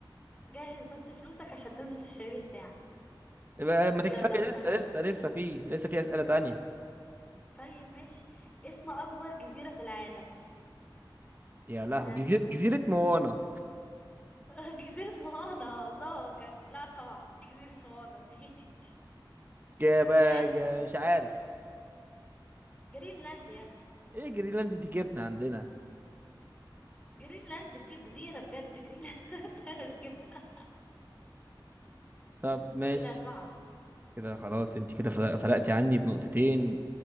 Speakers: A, on the left (about 15°); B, on the right (about 25°).
A: جهز بس فلوسك عشان تنزل تشتري لي الساعة
B: يبقى ما تكسبي
A: يلا
B: لسه
A: هسألك
B: لسه
A: هن
B: لسه في لسه في اسئله تانية
A: طيب ماشي اسم اكبر جزيرة في العالم
B: يا لهو
A: ها
B: جزيره جزيره موانا
A: <laughs> جزيرة موانا الله بجد لا طبعا ايه جزيرة موانا دي
B: جابا
A: <laughs> مش عارف
B: جا- مش عارف
A: جرينلاند يا ابني
B: ايه جرينلاند دي جبنه عندنا
A: جرينلاند دي جزيرة بجد جرينلاند <laughs> مش جبنة
B: طب ماشي
A: كده أربعة
B: كده خلاص انت كده فل- فلقتي عني بنقطتين